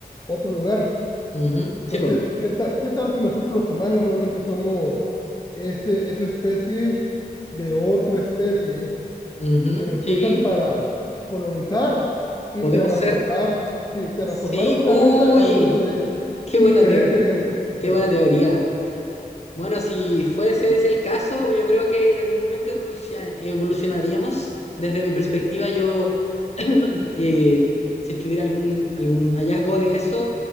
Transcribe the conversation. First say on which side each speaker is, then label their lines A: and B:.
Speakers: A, on the left; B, on the left.
A: otro lugar.
B: Ujú, Sí,
A: Entonces,
B: po.
A: ¿qué tal, qué tal si nosotros los humanos realmente somos ese, esa especie de otra especie?
B: Ujú,
A: que los
B: Sí.
A: usan para colonizar y
B: Podemos
A: terraformar,
B: ser.
A: sí, terraformar
B: Sí.
A: un planeta
B: Uy.
A: al gusto de ellos,
B: Qué
A: sin
B: buena,
A: querer
B: teo-
A: queriendo, o
B: qué
A: sea,
B: buena teoría. Bueno, si fuese ese el caso, yo creo que en algún momento evolucion- evolucionaríamos. Desde mi perspectiva, yo, <clears throat> eh, si es que hubiera algún, algún hallazgo de eso,